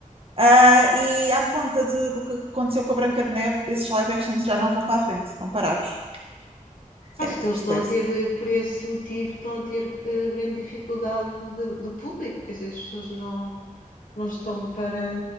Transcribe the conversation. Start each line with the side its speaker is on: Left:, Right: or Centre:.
Right: Ah, e à conta do, do que aconteceu com a Branca de Neve, esses live actions já não vão para a frente, estão parados.
Left: Acho
Right: É,
Left: que eles
Right: percebe-se.
Left: estão a ter, eh, por esse motivo, estão a ter uh, grande dificuldade de, de público, quer dizer, as pessoas não, não estão para.